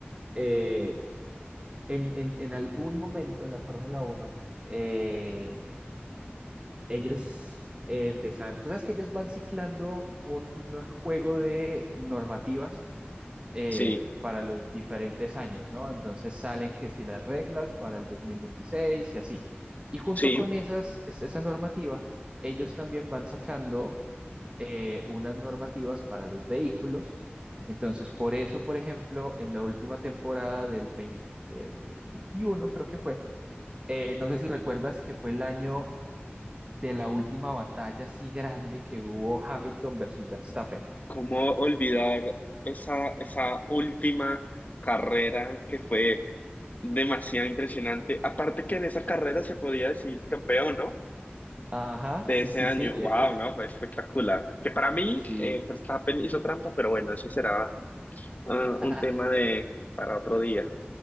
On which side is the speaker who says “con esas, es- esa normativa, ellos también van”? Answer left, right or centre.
Right